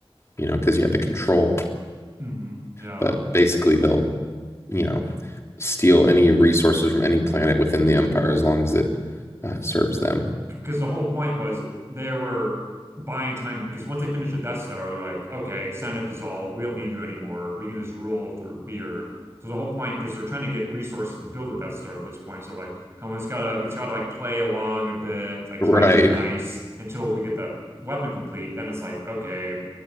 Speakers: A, on the left (about 25°); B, on the right (about 25°).
A: you know, because you had the control.
B: Mhm. yeah.
A: But basically, they'll, you know, steal any resources from any planet within the empire as long as it uh, serves them.
B: because the whole point was they were buying time because once they finished the Death Star, they're like, okay, Senate dissolved. We don't need you anymore. We can just rule through fear. So the whole point, because they're trying to get resources to build a Death Star at this point, so they're like, come on, it's gotta, we just gotta like play along a bit, like
A: Right.
B: try to be nice until we get the weapon complete. Then it's like, okay,